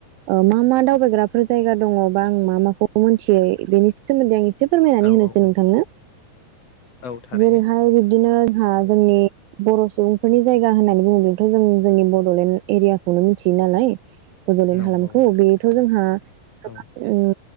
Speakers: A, on the right (about 80°); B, on the left (about 50°).
A: ओ मा मा दावबायग्राफोर जायगा दङ बा आं मा माखौ मोनथियो बेनि सोमोन्दै आं एसे से फोरमायनानै
B: औ
A: होनोसै
B: औ औ
A: नोंथांनो
B: औ थारैनो
A: जेरैहाय बि नो जोंहा जोंनि बर' सुबुंफोरनि जायगा होननानै बुंङो। दा जों जोंनि बडलेण्ड एरियाखौनो मिथियो नालाय बडलेण्ड
B: नंगौ
A: हालामखौ बेयोथ' जोंहा गोबां
B: औ
A: उम